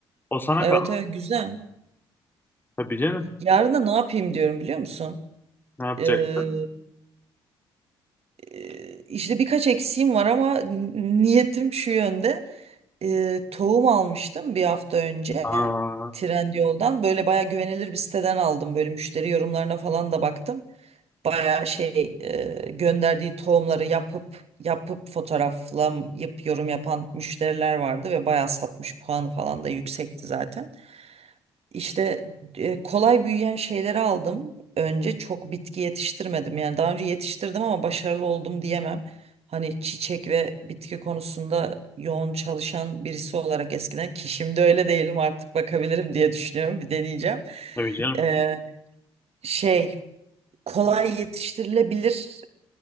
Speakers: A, on the left; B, on the right.
A: O sana
B: Evet
A: kal.
B: evet güzel.
A: Tabii canım.
B: Yarın da ne yapayım diyorum biliyor musun?
A: Ne yapacak?
B: Ee, e, işte birkaç eksiğim var ama n- niyetim şu yönde. Ee, tohum almıştım bir hafta önce
A: Aa,
B: Trendyol'dan. Böyle baya güvenilir bir siteden aldım. Böyle müşteri yorumlarına falan da baktım. bayağı şey e, gönderdiği tohumları yapıp yapıp fotoğraflayıp yorum yapan müşteriler vardı ve bayağı satmış puanı falan da yüksekti zaten. İşte e, kolay büyüyen şeyleri aldım. Önce çok bitki yetiştirmedim. Yani daha önce yetiştirdim ama başarılı oldum diyemem. Hani çiçek ve bitki konusunda yoğun çalışan birisi olarak eskiden ki şimdi öyle değilim artık bakabilirim diye düşünüyorum. Bir deneyeceğim.
A: tabii canım.
B: Ee, şey kolay yetiştirilebilir